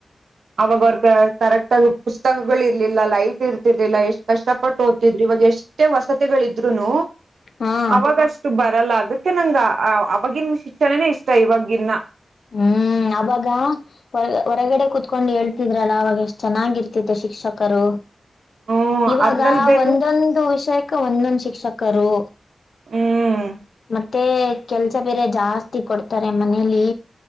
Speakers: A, on the right; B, on the left.
A: ಅವಾಗ ಅವ್ರ ಕರೆಕ್ಟ್ ಆಗ ಪುಸ್ತಕಗಳಗಳು ಇರ್ಲಿಲ್ಲ ಲೈಫ್ ಇರ್ತರ್ಲಿಲ್ಲ ಎಷ್ಟ್ ಕಷ್ಟಪಟ್ಟು ಓದ್ತಿದ್ರಿ ಇವಾಗ ಎಷ್ಟೇ ವಸತಿಗಳಿದ್ರುನು
B: ಹಾ
A: ಅವಾಗಷ್ಟು ಬರಲ್ಲ ಅ ಮೆ ನಂಗ ಅವವಾಗಿನ ಶಿಕ್ಷಣನೇ ಇಷ್ಟ ಇವಾಗಿವಾಗಿನ
B: ಹ್ಮ್ ಹ್ಮ ಅವಾಗ ಹೊರ ಹೊರಗಡೆ ಕುೂತ್ಕೊಂಡ್ ಹೇಳ್ತಿದ್ರಲ್ಲ ಅವಾಗ ಎಷ್ಟ್ ಚೆನ್ನಾಗಿರ್ತಿತ್ತು ಶಿಕ್ಷಕರು
A: ಹ್ಮ್
B: ಇವಾಗ
A: ಅದ್ರಲ್ಲಿ ಬೇರೆ
B: ಒಂದೊಂದು ವಿಷಯಕ್ಕೆ ಒಂದೊಂದು ಶಿಕ್ಷಕರು
A: ಹ್ಮ್
B: ಮತ್ತೆ ಕೆಲ್ಸ ಬೇರೆ ಜಾಸ್ತಿ ಕೊಡ್ತಾರೆ ಮನೇಲಿ